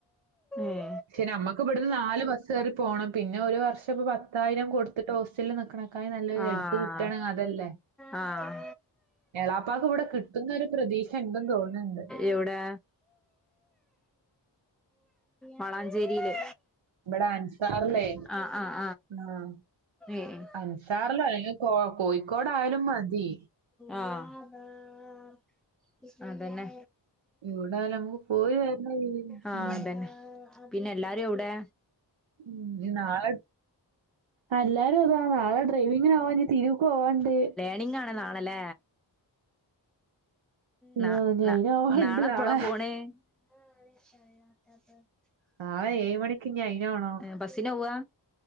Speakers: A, in the centre; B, on the right (about 75°).
A: ഏ
B: പക്ഷെ നമ്മുക്ക് ഇവിടുന്ന് നാലും ബസ് കയറി പോകണം. പിന്നെ ഒരു വർഷം പത്തായിരം കൊടുത്തിട്ട് ഹോസ്റ്റലിൽ നിക്കക്കണക്കായി നല്ല
A: ആഹ്
B: അടുത്ത് കിട്ടുണെങ്കിൽ അതല്ലേ.
A: ആഹ്
B: ഇളയപ്പാക്ക് ഇവിടെ കിട്ടുന്ന ഒരു പ്രതീക്ഷ ഇണ്ടുന്നു തോന്നണ്ട്.
A: എവിടെ വളാഞ്ചേരിയില്.
B: ഇവിടെ അൻസാറല്ലേ
A: ആഹ് ആഹ്
B: ആഹ്.
A: ഏഹ്
B: അൻസാറിലോ അല്ലെങ്കി കോ കോഴിക്കോടായാലും മതി.
A: ആഹ് അതന്നെ
B: എവിടായാലും നമുക്ക് പോയി വരണ രീതീല്
A: ആഹ്
B: ഉം
A: അതന്നെ. പിന്നെ എല്ലാരു എവടെ
B: ഉം നാളെ അല്ലാരും അതാ നാളെ ഡ്രൈവിങ്ങനെവനേ ഞി തിരുക്കോവാണ്ട്.
A: നിങ്ങാണ് നാളല്ലേ.
B: ആഹ്
A: ന
B: ഇനി
A: ന
B: അയിനോവാണ്ട്
A: നാളെപ്പളാ
B: നാളെ.
A: പോണേ. <unintelligible>
B: നാളെ ഏഴ് മണിക്ക് ഇഞ്ഞിയ് അയിന്നോണം.
A: ബസ്സിനോവ്വാ